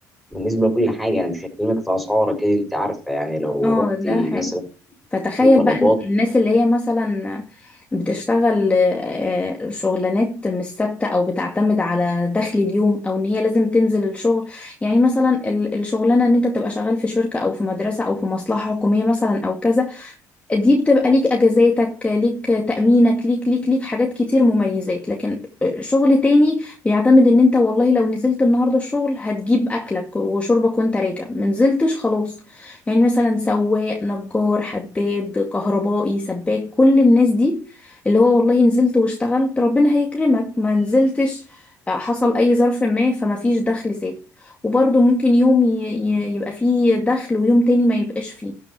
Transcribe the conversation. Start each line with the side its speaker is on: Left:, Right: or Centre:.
Centre: بالنسبه لكل حاجه انا مش هكلمك في اسعار كده انت عارفه يعني لو
Left: اه
Centre: رحتي
Left: ده حقيقي
Centre: مثلا
Left: فتخيل
Centre: في طلبات
Left: بقى الناس اللي هي مثلا بتشتغل آه، شغلانات مش ثابته او بتعتمد على دخل اليوم او ان هي لازم تنزل الشغل يعني مثلا ال- الشغلانه ان انت تبقى شغال في شركه او في مدرسه او في مصلحه حكوميه مثلا او كذا دي بتبقى ليك اجازاتك ليك تأمينك ليك ليك ليك حاجات كتير مميزات لكن شغل تاني بيعتمد ان انت والله لو نزلت النهارده الشغل هتجيب اكلك وشربك وانت راجع ما نزلتش خلاص يعني مثلا سواق نجار حداد كهربائي سباك كل الناس دي اللي هو والله نزلت واشتغلت ربنا هيكرمك ما نزلتش حصل اي ظرف ما فما فيش دخل ثابت وبرضه ممكن يوم ي- ي- يبقى فيه دخل ويوم تاني ما يبقاش فيه